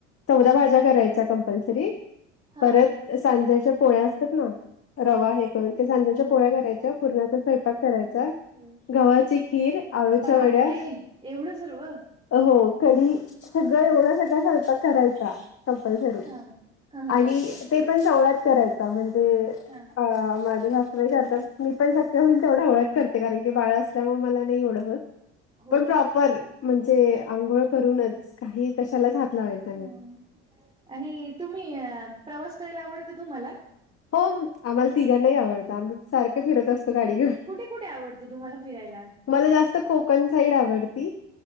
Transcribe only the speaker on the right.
हा
हा
हो
हो
हो
हो
बापरे
एवढं सर्व
हा
सांग
हा हा हा
ओके ओके
हा
हो
हा
हा
आणि तुम्ही प्रवास करायला आवडत तुम्हाला
कुठे कुठे आवडतं तुम्हाला फिरायला